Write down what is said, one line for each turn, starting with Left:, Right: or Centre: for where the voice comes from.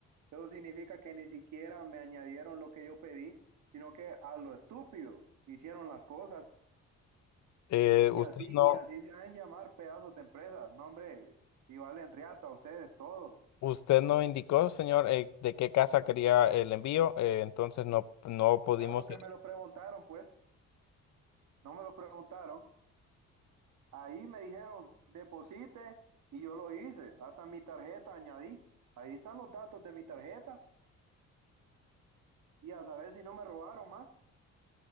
Right: Eso significa que ni siquiera me añadieron lo que yo pedí, sino que a lo estúpido hicieron las cosas.
Left: Eh,
Right: Y
Left: usted
Right: así,
Left: no,
Right: y así se han llamar pedazos de empresas. No, hombre, si valen riata ustedes todos.
Left: Usted no indicó, señor, eh, de qué casa quería el envío, eh, entonces no, no pudimos.
Right: Caso que me lo preguntaron, pues, no me lo preguntaron. Ahí me dijeron, deposite, y yo lo hice. Hasta mi tarjeta añadí. Ahí están los datos de mi tarjeta. Y a saber si no me robaron más.